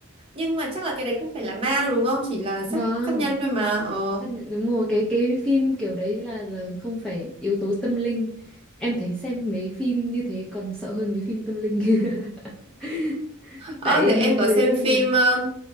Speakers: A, on the right; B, in the centre.
A: nhưng mà chắc là cái đấy không phải là ma đâu đúng không chỉ là sát
B: vâng
A: sát nhân thôi mà ờ
B: tất nhiên- đúng rồi cái cái phim kiểu đấy là là không phải yếu tố tâm linh em thấy xem mấy phim như thế còn sợ hơn mấy phim tâm linh <laughs>
A: ờ
B: tại
A: thế em có
B: ừ,
A: xem phim ờ,